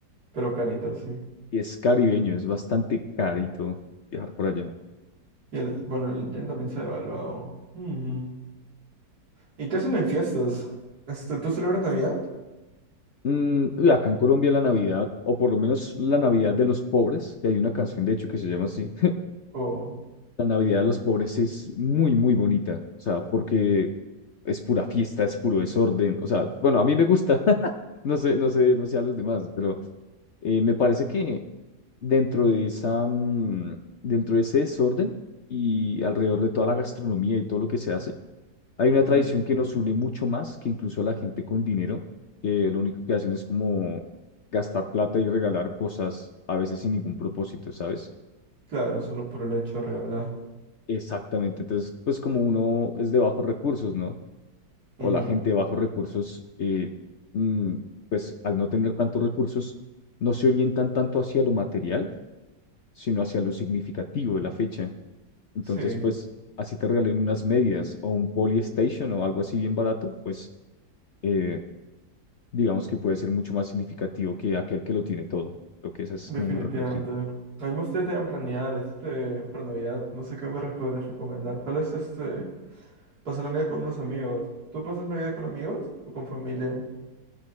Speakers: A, on the right; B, on the left.
A: pero carito, sí.
B: y es caribeño, es bastante carito viajar por allá.
A: Y el, bueno, el yen también se ha devaluado. Ujú. ¿Y qué hacen en fiestas? Este, ¿tú celebras Navidad?
B: Mm, y acá en Colombia la Navidad, o por lo menos la Navidad de los pobres, que hay una canción de hecho que se llama así
A: Oh,
B: La Navidad de los pobres es muy, muy bonita, o sea, porque es pura fiesta, es puro desorden, o sea, bueno, a mí me gusta, <laughs> no sé, no sé, no sé a los demás, pero eh, me parece que dentro de esa, mm, dentro de ese desorden y alrededor de toda la gastronomía y todo lo que se hace, hay
A: ujú.
B: una tradición que nos une mucho más que incluso a la gente con dinero, que lo único que hacen es como gastar plata y regalar cosas, a veces sin ningún propósito, ¿sabes?
A: Claro, solo por el hecho de regalar.
B: Exactamente. Entonces, pues como uno es de bajos recursos, ¿no?
A: Ujú.
B: O la gente de bajos recursos, eh, mm, pues al no tener tantos recursos, no se orientan tanto hacia lo material, sino hacia lo significativo de la fecha. Entonces,
A: Sí.
B: pues así te regalen unas medias o un Polystation o algo así bien barato, pues eh, digamos que puede ser mucho más significativo que aquel que lo tiene todo. Lo que esa es
A: Definitivamente.
B: como mi reflexión.
A: A mí me gustaría también planear este para Navidad. No sé qué me re- podrías recomendar. Tal vez este pasar la Navidad con unos amigos. ¿Tú pasas Navidad con amigos o con familia?